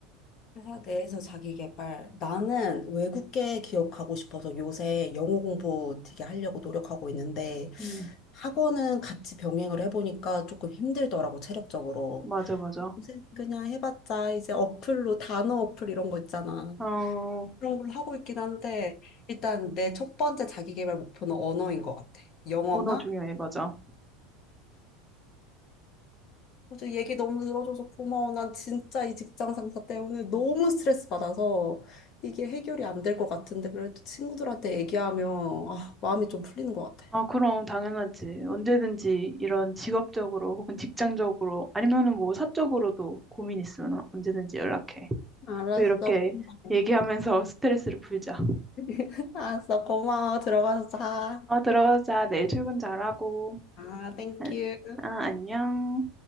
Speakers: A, on the left; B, in the centre.
A: 회사 내에서 자기 개발. 나는 외국계 기억하고 싶어서 요새 영어 공부 되게 하려고 노력하고 있는데
B: 음.
A: 학원은 같이 병행을 해보니까 조금 힘들더라고, 체력적으로.
B: 맞아, 맞아.
A: 요새 그냥 해봤자 이제 어플로 단어 어플 이런 거 있잖아.
B: 어,
A: 그런 걸로 하고 있긴 한데 일단 내 첫 번째 자기 개발 목표는 언어인 것 같아. 영어나
B: 언어 중요해, 맞아.
A: 어제 얘기 너무 들어줘서 고마워. 난 진짜 이 직장 상사 때문에 너무 스트레스 받아서 이게 해결이 안 될 것 같은데 그래도 친구들한테 얘기하면 아, 마음이 좀 풀리는 것 같아.
B: 아, 그럼 당연하지. 언제든지 이런 직업적으로 혹은 직장적으로 아니면은 뭐 사적으로도 고민 있으면 언제든지 연락해.
A: 알았어.
B: 또 이렇게
A: 고마워.
B: 얘기하면서 <laughs> 스트레스를 풀자.
A: <laughs> 알았어. 고마워. 들어가서 자.
B: 아, 들어가자. 내일 출근 잘하고.
A: 아, 땡큐.
B: 아, 아, 안녕.